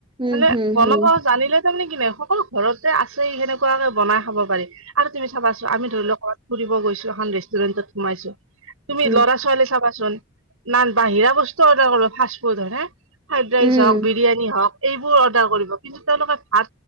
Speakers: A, on the right (about 20°); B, on the right (about 75°).
A: উম
B: মানে
A: হুম
B: বনাব
A: হুম
B: জানিলে তাৰমানে কি নাই সকলো ঘৰতে আছেই সেনেকুৱাকে বনাই খাব পাৰি আৰু তুমি চাবাচো আমি ধৰি লক ক'বাত ফুৰি গৈছো এখন ৰেষ্টুৰেণ্টত সোমাইছো তুমি
A: উম
B: ল'ৰা ছোৱালী চাবাচোন নান বাহিৰা বস্তু অৰ্ডাৰ কৰ ফাষ্ট ফুড হে ফ্ৰাইড ৰাইচ
A: উম
B: হওক বিৰিয়ানী হওক এইবোৰ অৰ্ডাৰ কৰিব কিন্তু তেওঁলোকে ভাত